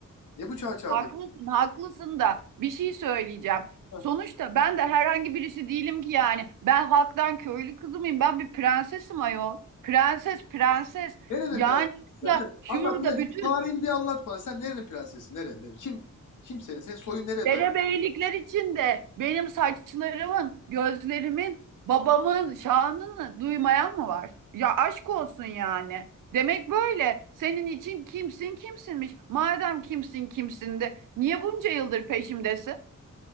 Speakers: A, on the left (about 75°); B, on the right (about 85°).
A: Ne bu çağ çağ
B: Haklısın,
A: dediğin?
B: haklısın da bir şey söyleyeceğim.
A: Ha.
B: Sonuçta ben de herhangi birisi değilim ki yani. Ben halktan köylü kızı mıyım? Ben bir prensesim ayol. Prenses, prenses.
A: Nerenin
B: Yani
A: prensesi sen?
B: ya
A: Bir dakika,
B: şurada
A: anlat bir dakika.
B: bütün
A: Şu Tarihini bir anlat bana. Sen nerenin prensesi? Nere, nere? Kim? Kim senin? Senin soyun nereye
B: derebeylikler
A: dayanıyor?
B: içinde benim saçlarımın, gözlerimin, babamın şanını duymayan mı var? Ya aşk olsun yani. Demek böyle. Senin için kimsin kimsinmiş. Madem kimsin kimsin de niye bunca yıldır peşimdesin?